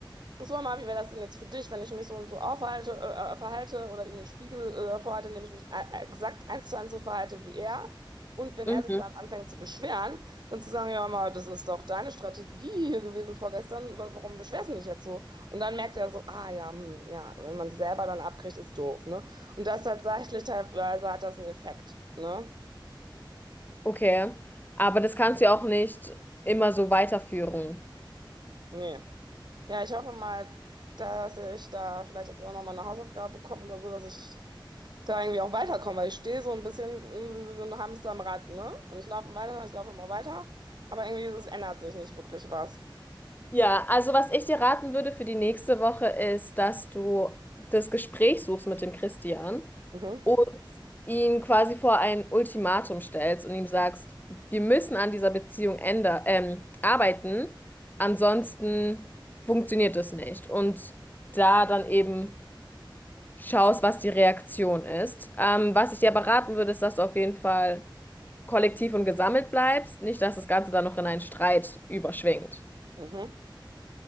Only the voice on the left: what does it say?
Mhm.
Okay, aber das kannst du auch nicht immer so weiterführen.
Ja, also was ich dir raten würde für die nächste Woche ist, dass du das Gespräch suchst mit dem Christian
und ihn quasi vor ein Ultimatum stellst und ihm sagst, wir müssen an dieser Beziehung änder ähm, arbeiten, ansonsten funktioniert es nicht. Und da dann eben schaust, was die Reaktion ist. Ähm, was ich dir aber raten würde, ist, dass du auf jeden Fall kollektiv und gesammelt bleibst, nicht, dass das Ganze dann noch in einen Streit überschwingt.